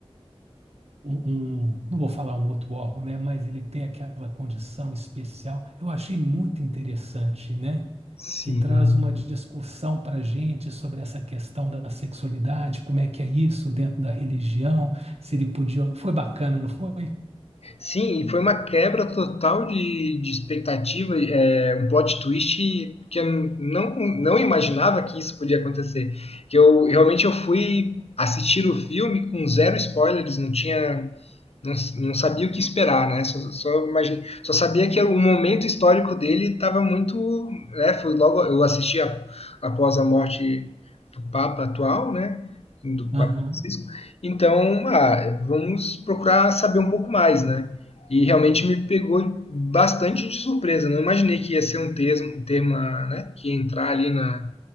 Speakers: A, on the right; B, on the left.
A: um, um- não vou falar um outro órgão, né, mas ele tem aquela condição especial. Eu achei muito interessante, né,
B: Sim.
A: que traz uma discussão para a gente sobre essa questão da sexualidade, como é que é isso dentro da religião, se ele podia. Foi bacana, não foi?
B: Sim, e foi uma quebra total de, de expectativa, é, um plot twist que eu não, não imaginava que isso podia acontecer. Que eu realmente eu fui assistir o filme com zero spoilers, não tinha não, não sabia o que esperar, né? Só, só, imagine, só sabia que o momento histórico dele estava muito. Né? Foi logo. Eu assisti a- após a morte do Papa atual, né? Do
A: Aham.
B: Papa Francisco. Então, ah, vamos procurar saber um pouco mais, né? E realmente me pegou bastante de surpresa. Não imaginei que ia ser um termo, um tema, né? Que ia entrar ali na,